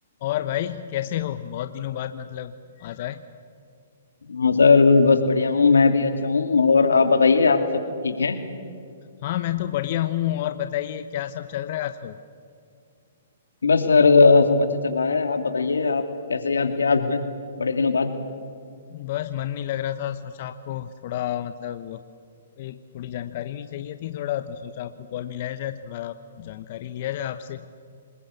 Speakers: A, on the left; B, on the left.
A: और भाई कैसे हो बहुत दिनों बाद मतलब आ जाए
B: हाँ सर बस बढ़िया हूँ मैं भी अच्छा हूँ और आप बताइए आप सब ठीक हैं
A: हाँ मैं तो बढ़िया हूँ और बताइए क्या सब चल रहा है आजकल
B: बस सर सब अच्छा चल रहा है आप बताइए आप कैसे याद किया आज हमें बड़े दिनों बाद
A: बस मन नहीं लग रहा था सोचा आपको थोड़ा मतलब एक थोड़ी जानकारी भी चाहिए थी थोड़ा तो सोचा आपको कॉल मिलाया जाए थोड़ा आप जानकारी लिया जाए आपसे